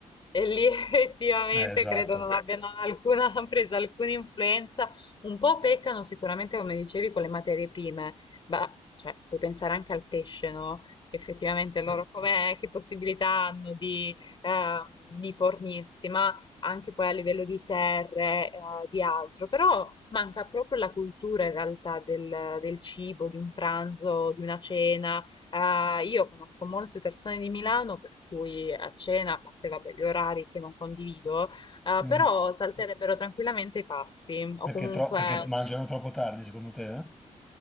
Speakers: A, on the left; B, in the centre.
A: e lì <laughs> effettivamente
B: Eh, esatto.
A: credo non abbiano alcuna, <laughs> presa alcuna influenza, un po' peccano sicuramente, come dicevi, con le materie prime, ma cioè, puoi pensare anche al pesce, no? Che effettivamente loro com'è, che possibilità hanno di, ehm, di fornirsi, ma anche poi a livello di terre, eh, di altro, però manca proprio la cultura in realtà del, del cibo, di un pranzo, di una cena. Eh, io conosco molte persone di Milano per cui a cena, a parte vabbè, gli orari che non condivido, eh,
B: Mhm.
A: però salterebbero tranquillamente i pasti o
B: Perché,
A: comunque
B: tro- perché mangiano troppo tardi, secondo te? eh?